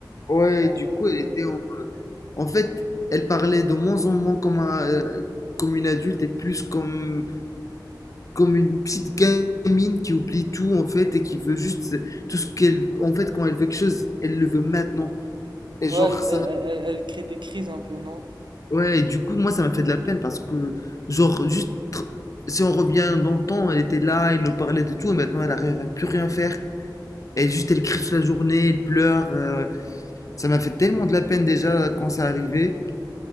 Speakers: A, on the left; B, on the right.
A: ouais
B: Ah,
A: du
B: la
A: coup
B: pauvre.
A: elle était En fait, elle parlait de moins en moins comme, un, euh, comme une adulte et plus comme, comme une petite gamine qui oublie tout en fait et qui veut juste tout ce qu'elle. En fait, quand elle veut quelque chose, elle le veut maintenant. Et genre,
B: Ouais, elle,
A: ça
B: elle-
A: m'a.
B: elle- elle crée des crises un peu, non?
A: Ouais, et du coup, moi, ça m'a fait de la peine parce que, genre, juste tr- si on revient dans le temps, elle était là, elle nous parlait de tout et maintenant elle arrive à plus rien faire. Elle juste, elle crie toute la journée, elle pleure. euh, ça m'a fait tellement de la peine déjà quand ça arrivait.